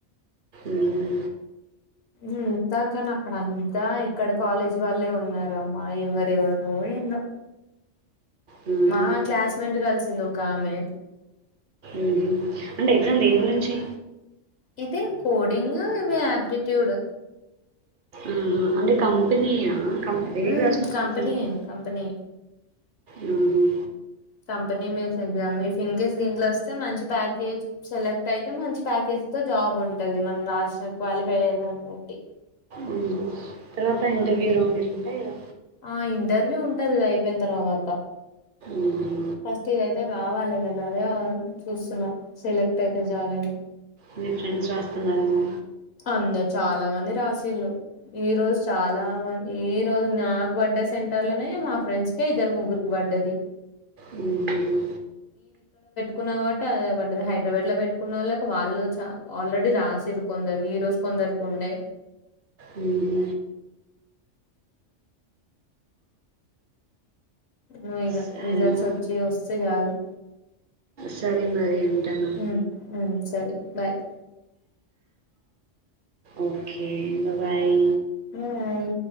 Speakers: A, on the right (about 50°); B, on the left (about 60°).
A: ఊహూ
B: ఇంతా కాని అక్కడ అంతా ఇక్కడ కాలేజీ వాళ్ళే ఉన్నారు అమ్మా ఎవరెవరు ఎన్నో
A: మ్మ్.
B: మా క్లాస్మేంట్ గలిసింది ఒక ఆమె
A: ఊహు అంటే ఎగ్జామ్ దేని గురించి
B: ఇది కోడింగ్ ఇవి ఆప్టిట్యూడ్
A: ఆహా అంటే కంపెనీయా కం దేనికి
B: హ్మ్
A: రాసిన అసలు
B: కంపెనీ
A: ఎగ్జామ్కి
B: కంపెనీ
A: మ్మ్.
B: Company mails exam in case దీంట్లో వస్తే మంచి ప్యాకేజ్ సెలెక్ట్ అయితే మంచి ప్యాకేజ్ తో జాబ్ ఉంటంది మనం లాస్ట్ సో క్వాలిఫై అయ్యే దాన్ని బట్టి
A: ఉమ్ తర్వాత ఇంటర్వ్యూ లు ఉంటాయా
B: ఆ ఇంటర్వ్యూ ఉంటది గా అయిపోయిన తర్వాత
A: ఉమ్
B: ఫస్ట్ ఇది అయితే కావాలి కదా అదే చూస్తున్నా సెలెక్ట్ అయితే చాలని
A: మీ ఫ్రెండ్స్ రాస్తున్నారన్న
B: ఇంకా చాలా మంది రాసీళ్ళు ఈ రోజు చాలా మంది ఈ రోజు నాకు వడ్డ సెంటర్ లోనే మా ఫ్రెండ్స్కే ఇద్దరు ముగ్గురుకి పడి పడ్డది
A: మ్మ్ హ్మ్
B: కున్నవంటే హైదరాబాద్ లో పెట్టుకున్న వాళ్ళకి వాళ్ళు చ ఆల్రెడీ రాసిరు కొందరు ఈ రోజు కొందరుకు ఉండే
A: మ్మ్
B: నువు ఇక
A: సరే
B: రిజల్ట్స్ వచ్చి వస్తే చాలు
A: సరే మరి ఉంటాను
B: హ్మ్మ్ హ్మ్మ్ సరే బాయ్
A: ఓకే బా బాయ్
B: బాయ్